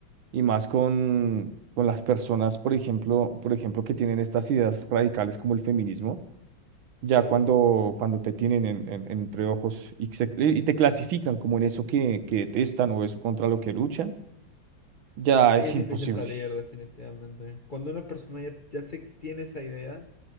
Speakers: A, on the right; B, on the left.
A: Y más con, con las personas, por ejemplo, por ejemplo, que tienen estas ideas radicales como el feminismo, ya
B: claro.
A: cuando, cuando te tienen en, en- entre ojos y, se- y te clasifican como en eso que, que detestan o eso contra lo que luchan, ya
B: Ahí
A: es
B: es
A: imposible.
B: difícil salir, definitivamente. Cuando una persona ya, ya se tiene esa idea.